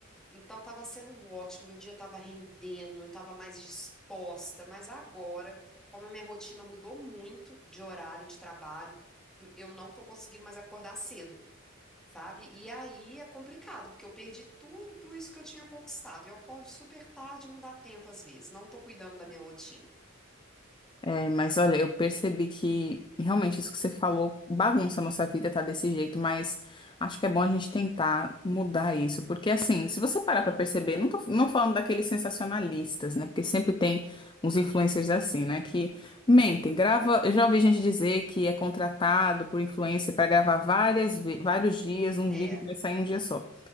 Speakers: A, in the centre; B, on the left.
A: Então estava sendo ótimo, meu dia estava rendendo, eu estava mais disposta, mas agora, como a minha rotina mudou muito de horário de trabalho, eu não tô conseguindo mais acordar cedo, sabe? E aí é complicado, porque eu perdi tudo isso que eu tinha conquistado. Eu acordo super tarde, não dá tempo às vezes, não tô cuidando da minha rotina.
B: É, mas olha, eu percebi que realmente isso que você falou bagunça a nossa vida, tá desse jeito, mas acho que é bom a gente tentar mudar isso, porque assim, se você parar pra perceber, não tô não falando daqueles sensacionalistas, né? Porque sempre tem uns influencers assim, né? Que mentem, grava. Eu já ouvi gente dizer que é contratado por influencer pra gravar várias, ve- vários dias um
A: É,
B: vídeo que vai sair em um dia só.